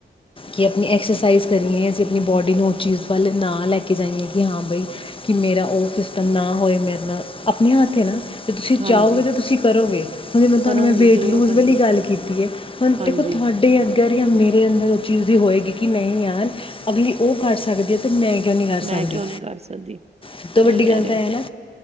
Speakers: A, on the left; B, on the right.
A: ਕਿ ਆਪਣੀ ਐਕਸਰਸਾਈਜ਼ ਕਰੀਏ ਅਸੀਂ ਆਪਣੀ ਬੋਡੀ ਨੂੰ ਉਹ ਚੀਜ਼ ਵੱਲ ਨਾ ਲੈ ਕੇ ਜਾਈਏ ਕਿ ਹਾਂ ਬਾਈ ਕਿ ਮੇਰਾ ਉਹ ਸਿਸਟਮ ਨਾ ਹੋਏ ਮੇਰੇ ਨਾਲ ਆਪਣੇ ਹੱਥ ਨਾ ਜੇ ਤੁਸੀਂ
B: ਹਾਂਜੀ
A: ਚਾਹੋਗੇ ਤਾਂ ਤੁਸੀਂ ਕਰੋਗੇ ਹੁਣ ਜਿਵੇਂ ਤੁਹਾਨੂੰ
B: ਕਰੂੰਗੀ
A: ਮੈਂ ਵੇਟ
B: ਜ਼ਰੂਰ
A: ਲੂਜ਼
B: ਕਰੂੰਗੀ,
A: ਵਾਲੀ ਗੱਲ ਕੀਤੀ ਹੈ ਹੁਣ
B: ਹਾਂਜੀ
A: ਦੇਖੋ ਤੁਹਾਡੇ ਜਾਂ ਮੇਰੇ ਅੰਦਰ ਉਹ ਚੀਜ਼ ਹੋਏਗੀ ਕਿ ਨਹੀਂ ਯਾਰ ਅਗਲੀ ਉਹ ਕਰ ਸਕਦੀ ਹੈ ਤੇ ਮੈਂ ਕਿਉਂ ਨਹੀਂ ਕਰ
B: ਮੈਂ
A: ਸਕਦੀ
B: ਕਿਉਂ ਨਹੀਂ ਕਰ ਸਕਦੀ,
A: ਸਭ
B: ਸਹੀ
A: ਤੋਂ ਵੱਡੀ
B: ਕਹਿ
A: ਗੱਲ
B: ਰਹੇ
A: ਤਾਂ
B: ਹੋ,
A: ਹੈ ਨਾ